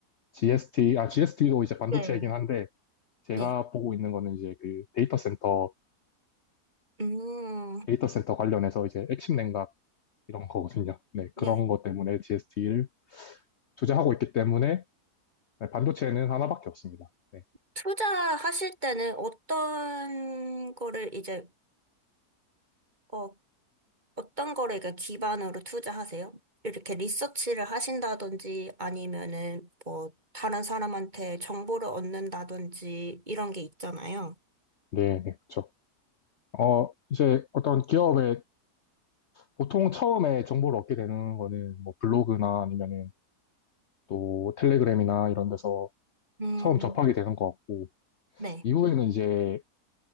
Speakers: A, on the left; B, on the right.
A: GST, 아, GST도 이제 반도체이긴
B: 네.
A: 한데, 제가
B: 네.
A: 보고 있는 거는 이제 그 데이터 센터,
B: 음,
A: 데이터 센터 관련해서 이제 핵심 냉각 이런 거거든요. 네.
B: 네.
A: 그런 것 때문에 GST를 투자하고 있기 때문에, 네, 반도체는 하나밖에 없습니다. 네.
B: 투자하실 때는 어떤 거를 이제, 어, 어떤 거를 이렇게 기반으로 투자하세요? 이렇게 리서치를 하신다든지 아니면은 뭐 다른 사람한테 정보를 얻는다든지 이런 게 있잖아요.
A: 네, 네, 그렇죠. 어, 이제 어떤 기업의 보통 처음에 정보를 얻게 되는 거는 뭐 블로그나 아니면은 또 텔레그램이나 이런 데서
B: 음,
A: 처음 접하게 되는 것 같고,
B: 네.
A: 이후에는 이제